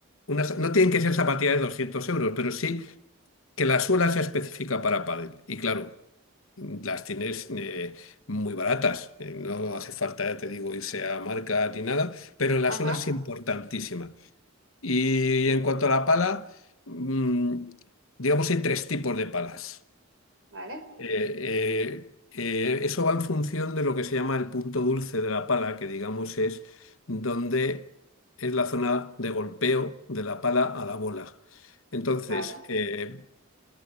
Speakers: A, on the left; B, on the right.
A: unas, no tienen que ser zapatillas de 200 euros, pero sí que la suela sea específica para pádel. Y claro, las tienes eh, muy baratas. Eh, no hace falta, ya te digo, irse a marca ni nada, pero la
B: ajá,
A: suela es importantísima. Y en cuanto a la pala, mm, digamos, hay tres tipos de palas.
B: vale,
A: Eh, eh, eh, eso va en función de lo que se llama el punto dulce de la pala, que digamos es donde es la zona de golpeo de la pala a la bola. Entonces,
B: vale.
A: eh,